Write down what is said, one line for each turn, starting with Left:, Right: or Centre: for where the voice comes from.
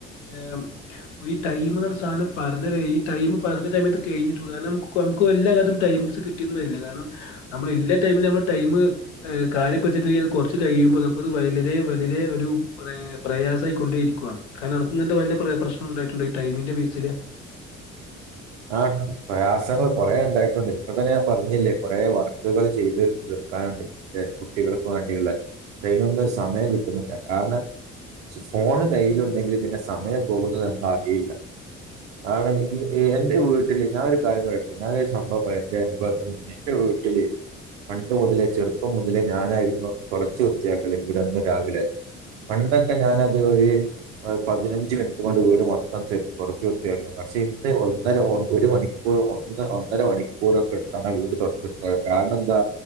Left: ഏ ഇ ടൈം ന്നർഞ്ഞ സാനം <unintelligible> പറഞ്ഞ ടൈമത്ത് കഴിഞ്ഞിട്ടു കാരണം നമു എല്ലാ കാലും ൈിസ് കിട്ടിയന്നരി കാരണം നമ്മള ടൈമിൽ നമ്മുടെ ടൈം കാര്യപ്പെടുത്തിട്ടങ്കിൽ അത് കുറച്ച് കഴിയുമ്പോ നമുക്കത് വലരെ വലരെ ഒരു പ്ര യസായികൊണ്ടേരിക്ക കാരണം അനക് ങ്ങൻതെ വല്ല പ്ര പ്രശ്നം ഉണ്ടായിട്ടുണ്ടൊ ഈ ടൈമിന്റെ ബേസില്
Right: <inaudible> ആഹ പ്രയാസങ്ങള് കൊറേ ണ്ടായി ണ്ട് ഇപ്പൊ തന്നെ പറഞ്ഞില്ലേ കൊറെേ വർക്കുകൾ ചെയ്ത് തീർക്കാനുണ്ട് കുട്ടികൾക്ക് വേണ്ടിയുള്ള ദൈനൊന്ന് സമയം കിട്ടുന്നില്ല കാരണം ഫോണ് കയ്യിലുണ്ടെങ്കില് പിന്നെ സമയം പോകുന്നത് നമ്മ അറിയില്ല ആണെ എന്റെ വീട്ടില് ഞാനൊരു കാര്യം പറയട്ടെ ഞാനൊരു സംഭവം പറയാ എന്റെ വീട്ടില് പണ്ട് മുതലേ ചെറുപ്പം മുതലേ ഞാനായിരുന്നു തുളച്ചു വൃത്തിയാക്കല് ഇവിടെന്നും രാവിലെ പണ്ടൊക്കെ ഞാന അത് ഒരു പതിനഞ്ച് മിനിറ്റ് കൊണ്ട് വീട് മൊത്തത്ത് കുറച്ച് വൃത്തിയാക്കാൻ <unintelligible> ഒന്നര ഒരു മണിക്കൂർ ഒന്ന് ഒന്നര മണിക്കൂറൊക്കെ എട്ത്താണ്ടാ വീട് <unintelligible> കാരണം എന്താ